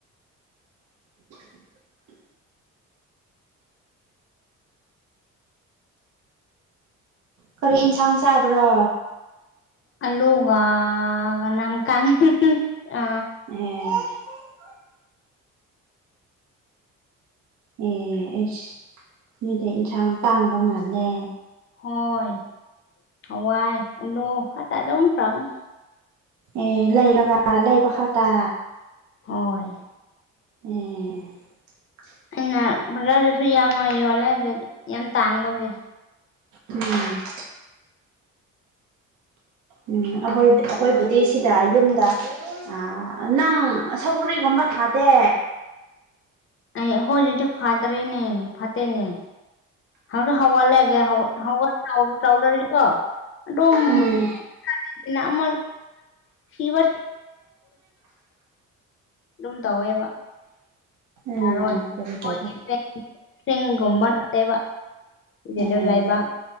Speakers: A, on the right; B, on the left.
A: <inaudible> ꯀꯔꯤ ꯏꯟꯁꯥꯡ ꯆꯥꯕ꯭ꯔꯣ
B: ꯑꯂꯨꯒ ꯉꯅꯥꯡ ꯀꯥꯡ ꯑ
A: ꯑꯦ ꯑꯦ ꯑꯩꯁ ꯅꯣꯏꯗꯝ ꯏꯟꯁꯥꯡ ꯇꯥꯡꯕ ꯃꯥꯜꯂꯦ
B: ꯍꯣꯏ ꯍꯋꯥꯏ ꯑꯂꯨ ꯈꯛꯇ ꯑꯗꯨꯝ ꯆꯥꯕꯅꯤ
A: ꯑꯦ ꯂꯩꯔꯒ ꯂꯩꯕ ꯈꯛꯇ
B: ꯍꯣꯏ
A: ꯑꯦ
B: ꯑꯩꯅ ꯕꯖꯥꯔꯗꯁꯨ ꯌꯥꯝꯃ ꯌꯣꯜꯂꯦ ꯗꯨ ꯌꯥꯝ ꯇꯥꯡꯕꯒꯤ
A: ꯎꯝ ꯎꯝ ꯑꯈꯣꯏ ꯑꯈꯣꯏꯕꯨꯗꯤ ꯁꯤꯗ ꯌꯨꯝꯗ ꯑꯥ ꯅꯪ ꯁꯧꯒ꯭ꯔꯤꯒꯨꯝꯕ ꯊꯥꯗꯦ
B: ꯑꯩ ꯑꯍꯣꯏꯗꯗꯤ ꯐꯗ꯭ꯔꯦꯅꯦ ꯐꯠꯇꯦꯅꯦ ꯍꯥꯎꯗꯤ ꯍꯥꯎ ꯋꯥꯠꯂꯦ <unintelligible> ꯍꯥꯎꯕ ꯆꯥꯎꯗ꯭ꯔꯗꯤꯀꯣ ꯑꯗꯨꯝ
A: ꯎꯝ
B: <unintelligible> ꯁꯤꯕ ꯑꯗꯨꯝ ꯇꯧꯋꯦꯕ
A: ꯑꯦ
B: ꯌꯥꯔꯣꯏ
A: ꯀꯔꯤ
B: ꯑꯈꯣꯏꯒꯤ
A: ꯇꯧꯕ
B: ꯆꯩ ꯆꯤꯡꯒꯨꯝꯕ ꯂꯥꯛꯑꯦꯕ <unintelligible>
A: ꯑꯦ
B: ꯂꯩꯕꯥꯛ